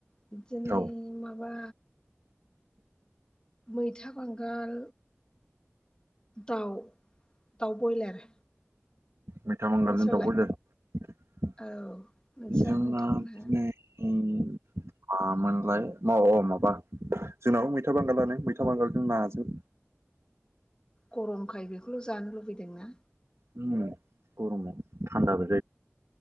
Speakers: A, on the left; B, on the right.
A: बिदिनो
B: औ
A: माबा मैथा बांगाल दाउ दाउ बयलार
B: मैथा मांगालजों
A: नोंस्रालाय
B: दाउब्रयलारजों
A: औ नोंस्रा
B: जोंना
A: नोंथांमोनहा
B: दिनै उम आ मोनबाय मव अ माबा जोंनाव मैथा बांगालानो मैथा बांगालजों नाजों
A: गरमखाय बेखौल' जानो लुबैदों ना
B: <unintelligible> गरम आव थान्दा बो